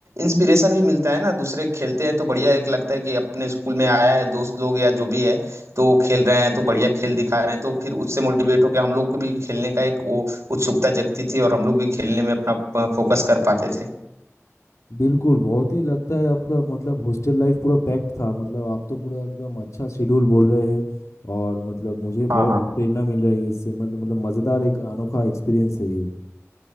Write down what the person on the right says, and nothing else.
इंस्पिरेशन भी मिलता है ना दूसरे खेलते हैं तो बढ़िया एक लगता है कि अपने स्कूल में आया है दोस्त लोग या जो भी है तो खेल रहे हैं तो बढ़िया खेल दिखा रहे हैं तो फिर उससे मोटिवेट होकर हम लोग को भी खेलने का एक वो उत्सुकता जगती थी और हम लोग भी खेलने में अपना फोकस कर पाते थे
हाँ
हाँ